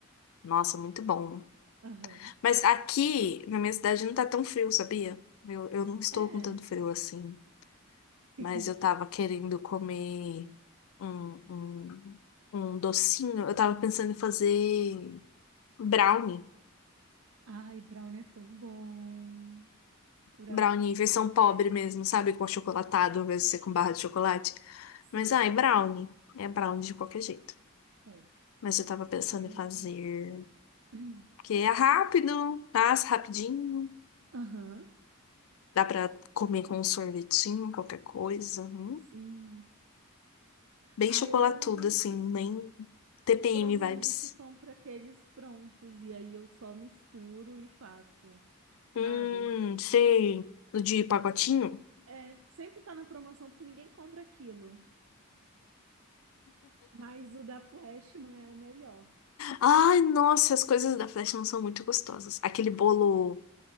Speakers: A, on the left; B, on the right.
A: nossa, muito bom.
B: Aham.
A: Mas aqui, na minha cidade, não tá tão frio, sabia? Eu, eu não estou
B: É.
A: com tanto frio assim.
B: <laughs>
A: Mas eu tava querendo comer um, um, um docinho. Eu tava pensando em fazer brownie.
B: Ai, brownie é tão bom. Brownie
A: Brownie,
B: é tão
A: versão
B: bom.
A: pobre mesmo, sabe? Com achocolatado, ao invés de ser com barra de chocolate.
B: Sei.
A: Mas, ai, brownie. É brownie de qualquer jeito.
B: É.
A: Mas eu tava pensando
B: Esse brownie
A: em fazer...
B: é tão bom. <clears throat>
A: Porque é rápido, passa rapidinho.
B: Aham.
A: Dá pra comer com um sorvetinho, qualquer coisa. hum.
B: Sim.
A: Bem
B: Ah,
A: chocolatudo,
B: eu normalmente,
A: assim, bem TPM
B: eu normalmente
A: vibes.
B: compro aqueles prontos e aí eu só misturo e faço, sabe?
A: Hum, sei. O de pacotinho?
B: É, sempre tá na promoção porque ninguém compra aquilo. Mas o da Flashman é o melhor.
A: Ai, nossa, as coisas da Flash não são muito gostosas. Aquele bolo.